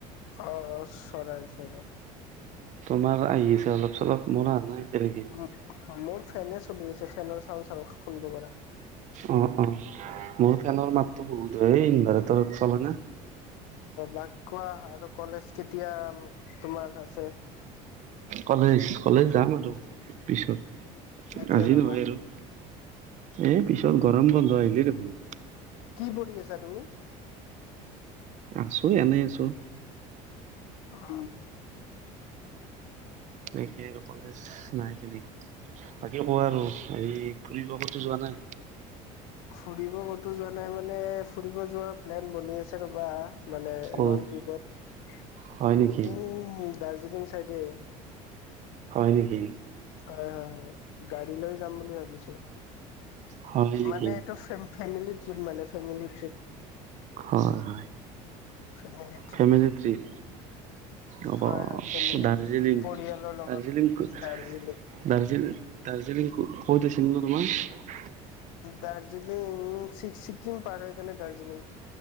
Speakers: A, on the left; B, on the right.
A: অ চৰা চৰাৰ।
B: তোমাৰ আহি আছে অলপ চলপ মন নাই। এতিয়ালৈকে
A: উ মোৰ ফেনে চলি আছে ফেনৰ চাউড চাউ শুনব পৰা।
B: অ অ মোৰ ফেনৰ মাততো বহুত হয় ইনভেতৰ। হ'ব না।
A: বাক কোৱা আৰু কলেজ কেতিয়া তোমাৰ আছে?
B: কলেজ কলেজ যাম আৰু পিছত।
A: কেতিয়া
B: আজি
A: যাবা
B: নহয় আৰু এ পিছত গৰম বন্ধ আহিলেই দেখোন।
A: কি পঢ়ি আছা তুমি?
B: আছো এনেই আছো।
A: অ
B: একে আৰু কলে নাই পিনি বাকি কোৱা আৰু হে ফৰিব কত যোৱা নাই।
A: ফুৰিব ক'তো যোৱা নাই মানে। মানে ফুৰিব যোৱাৰ প্লেন বনি আছে ৰ'বা। মানে
B: ক'ত
A: লং ট্ৰিপত
B: হয় নেকি
A: উম দাজ। কি কৰিছা। তাকে
B: হয় নেকি?
A: হয় হয় গাড়ী লৈ যাম বুলি ভাবিছো।
B: হয় নেকি
A: মানে এইটো ফেমিলি ট্ৰিপ মানে ফেমিলি ট্ৰিপ।
B: হয় হয়
A: ফেমিলি ট্ৰিপ
B: ফেমিলি থ্ৰ্ৰীপ। হ'ব
A: হয় হয় ফেমিলি
B: দাৰ্জিলিং,
A: ট্ৰিপ পৰিয়ালৰ লগত
B: দাৰ্জিলিং দ্জিলং
A: দাৰ্জিলিং
B: দাৰ্জিলিং ক। ক'ত আছিল ন তোমাৰ।
A: দাৰ্জিলিং। ছিকিম পাৰ। সেইফালে দাৰ্জিলিং,